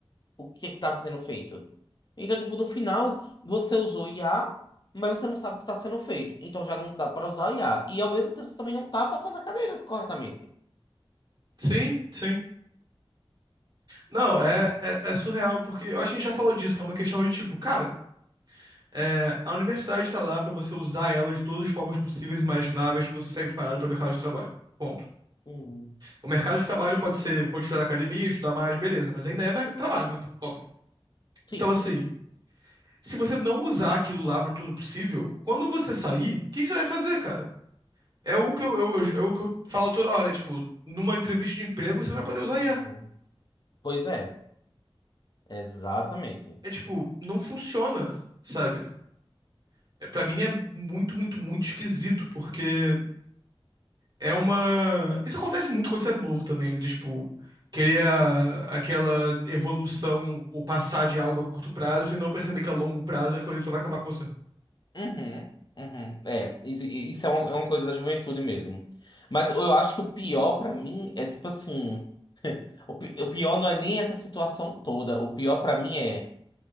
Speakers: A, on the left; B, on the right.
A: o que estava sendo feito. Então, tipo, no final, você usou IA, mas você não sabe o que está sendo feito. Então já não dá para usar IA. E ao mesmo tempo você também não está passando a cadeira corretamente.
B: Sim, sim. Não, é, é, é surreal, porque eu acho que a gente já falou disso, que é uma questão de tipo, cara, É, a universidade está lá para você usar ela de todas as formas possíveis e imagináveis para você sair preparado para o mercado de trabalho. Ponto.
A: Uhum.
B: O mercado de trabalho pode ser continuar na academia, estudar mais, beleza, mas ainda é mer- trabalho, né? Óbvio.
A: Sim.
B: Então, assim, se você não usar aquilo lá para tudo possível, quando você sair, o que que você vai fazer, cara? É o que eu, eu- eu- é o que eu falo toda hora, é, tipo, numa entrevista de emprego você não vai poder usar
A: Uhum.
B: IA.
A: Pois é, exatamente.
B: É tipo, não funciona, sabe? É, para mim é muito, muito, muito esquisito, porque É uma. Isso acontece muito quando você é novo também, né? De, Tipo, querer a- aquela evolução ou passar de algo a curto prazo e não perceber que a longo prazo aquilo ali só vai acabar com você.
A: Uhum, uhum. É, isi- isso é uma, é uma coisa da juventude mesmo. Mas eu acho que o pior pra mim é tipo assim, o, pi- o pior não é nem essa situação toda. O pior pra mim é